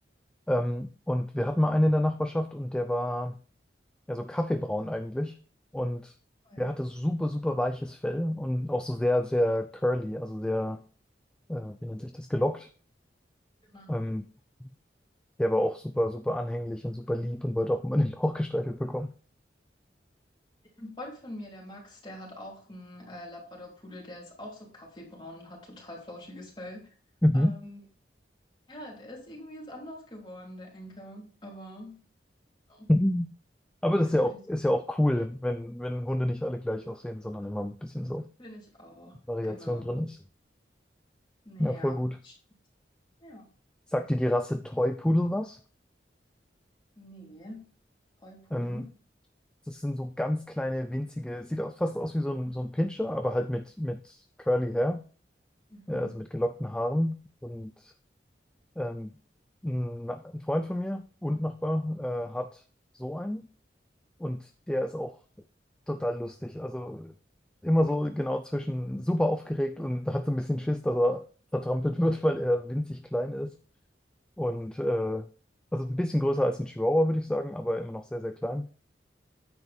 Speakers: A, in the centre; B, on the left.
A: Ähm, und wir hatten mal einen in der Nachbarschaft und der war ja so kaffeebraun eigentlich und
B: oh ja.
A: der hatte super, super weiches Fell und auch so sehr, sehr curly, also sehr, äh, wie nennt sich das, gelockt.
B: genau.
A: Ähm, Der war auch super, super anhänglich und super lieb und wollte auch immer den Bauch gestreichelt bekommen.
B: Ein Freund von mir, der Max, der hat auch einen äh, Labrador-Pudel, der ist auch so kaffeebraun und hat total flauschiges Fell.
A: Mhm.
B: Ähm, ja, der ist irgendwie jetzt anders geworden, der Enker. Aber Ja.
A: Mhm. Aber
B: oh,
A: das
B: jetzt
A: ist ja auch,
B: will ich,
A: ist ja auch cool, wenn, wenn Hunde nicht alle gleich aussehen, sondern immer ein bisschen so
B: will ich auch.
A: Variation
B: Genau.
A: drin ist.
B: Naja.
A: Ja, voll gut.
B: Ja. Ja.
A: Sagt dir die Rasse Toy Pudel was?
B: Nee. Vollpudel.
A: Ähm, das sind so ganz kleine, winzige, sieht aus, fast aus wie so ein, so ein Pinscher, aber halt mit, mit Curly Hair,
B: Mhm.
A: äh, also mit gelockten Haaren. Und ähm, ein, ein Freund von mir und Nachbar äh, hat so einen. Und der ist auch total lustig. Also immer so genau zwischen super aufgeregt und hat so ein bisschen Schiss, dass er zertrampelt <laughs> wird, weil er winzig klein ist. Und äh, also ein bisschen größer als ein Chihuahua, würde ich sagen, aber immer noch sehr, sehr klein.